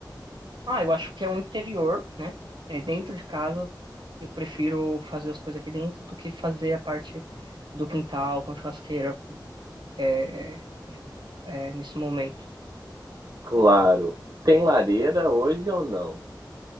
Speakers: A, on the right; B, on the right.
A: Ah, eu acho que é o interior, né? É dentro de casa. Eu prefiro fazer as coisas aqui dentro do que fazer a parte do quintal com churrasqueira é, é, é, nesse momento.
B: Claro. Tem lareira hoje ou não?